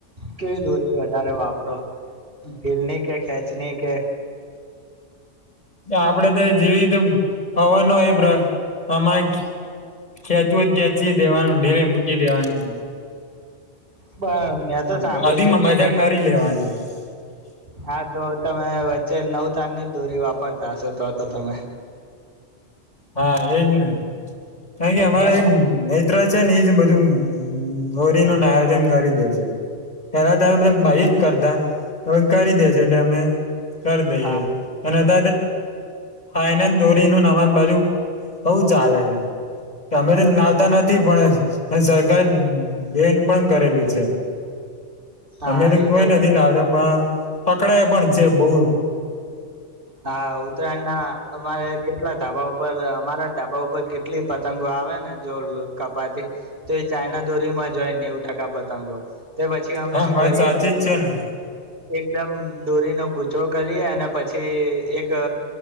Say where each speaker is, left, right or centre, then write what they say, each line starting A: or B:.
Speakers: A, on the right; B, on the left.
A: કેવી દોરી વધારે વાપ ઢીલની કે ખેંચની કે?
B: આપડે તો જેવીીતે હવાનો એ હમારે ખેચવું જ ખેચી દેવાનું ઢીલે મૂકી દેવાની.
A: પણ મેં તો સાંભળ્યું
B: બધી મજાક
A: છે કે
B: મારી <inaudible>
A: હા તો તમે વચ્ચે નવ તારની જ દોરી વાપરતા હશો તો તો તમે.
B: હા એજને. અહીંયા અમારાઈન
A: મેં સાં
B: મેત ત્ર છે ને એજ બધું ગોરીનું આયોજન કરી દે છે, પેલા તો ભાઈ જ કરતા હવે કરી દે છે એટલે અમે કર દઈએ
A: હા
B: અને <unintelligible> ત આ એન એન દોરી નું નવા બાજુ બઉચાલે છે તમે તો લાવતા નથી પણ અને સરકારે બેન્ડ પણ કરેલું છે
A: હા
B: અમે તો
A: એ
B: કોઈ નથી
A: છે
B: લાવતા પણ પકડાયા પણ છે બહુ
A: હા, ઉત્તરાયણ ના અમારે કેટલા ધાબા ઉપર અમારા ધાબા ઉપર કેટલી પતંગો આવે ને જો કપાતી તો એ ચાયના દોરીમાં જ હોય નેવું ટકા પતંગો તે પછી અમે
B: હા
A: શું
B: વાત
A: કરીએ,
B: સાચી જ છે ને
A: એકદમ દોરીનો ગુચડો કરીએ અને પછી થી એક